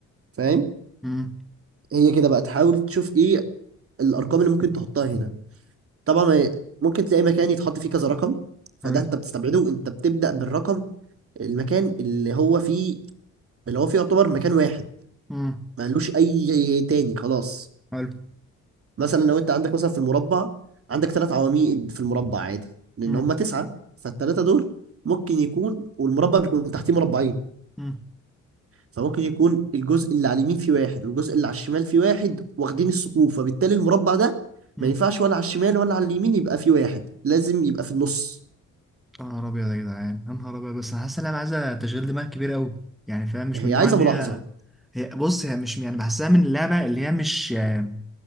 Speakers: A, on the right; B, in the centre.
A: فاهم
B: امم
A: هي كده بقى تحاول تشوف ايه الارقام اللي ممكن تحطها هنا طبعا ما- ممكن تلاقي مكان يتحط فيه كذا رقم فده
B: حلو
A: انت بتستبعده انت بتبدا بالرقم المكان اللي هو فيه اللي هو فيه يعتبر مكان واحد
B: امم
A: ملوش اي تاني خلاص
B: حلو
A: مثلا لو انت عندك مثلا في المربع عندك ثلاث عواميد في المربع عادي لان
B: امم
A: هم تسعه فالثلاثه دول ممكن يكون والمربع بيكون تحتيه مربعين
B: امم
A: فممكن يكون الجزء اللي على اليمين فيه واحد والجزء اللي على الشمال فيه واحد واخدين الثقوب فبالتالي المربع ده
B: امم
A: ما ينفعش ولا على الشمال ولا على اليمين يبقى فيه واحد لازم يبقى في النص
B: يا نهار ابيض يا جدعان يا نهار ابيض بس انا حاسس ان انا عايزه تشغيل دماغ كبير قوي يعني فاهم مش
A: هي
B: من النوع
A: عايزه
B: اللي
A: ملاحظه
B: هي هي بص هي مش يعني بحسها من اللعبه اللي هي مش يعني